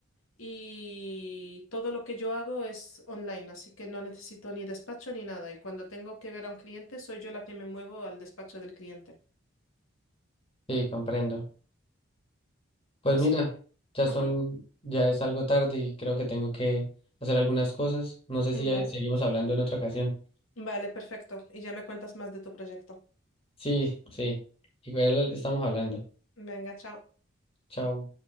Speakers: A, on the left; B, on the left.
A: y todo lo que yo hago es online, así que no necesito ni despacho ni nada. Y cuando tengo que ver a un cliente, soy yo la que me muevo al despacho del cliente.
B: Sí, comprendo. Pues
A: Así
B: mira,
A: que,
B: ya
A: ajá,
B: son, ya es algo tarde y creo que tengo que hacer algunas cosas. No sé
A: mm,
B: si ya
A: vale.
B: seguimos hablando en otra ocasión.
A: Vale, perfecto. Y ya me cuentas más de tu proyecto.
B: Sí, sí. Igual estamos hablando.
A: Venga, chao.
B: Chao.